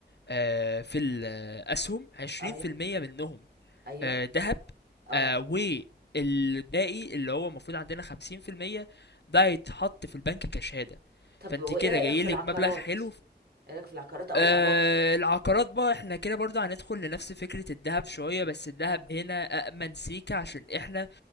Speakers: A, on the left; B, on the right.
A: آه في الأسهم 20%
B: ايوه
A: منهم
B: ايوه
A: آه، دهب
B: اه
A: آه، والباقي اللي هو المفروض عندنا 50% ده هيتحط في البنك كشهادة
B: طب
A: فانت
B: وايه
A: كده
B: رأيك
A: جايلك
B: في العقارات
A: مبلغ حلو
B: ايه رأيك في العقارات او
A: آه
B: الأراضي
A: العقارات بقى احنا كده برضه هندخل لنفس فكرة الذهب شوية بس الذهب هنا أأمن سيكة عشان احنا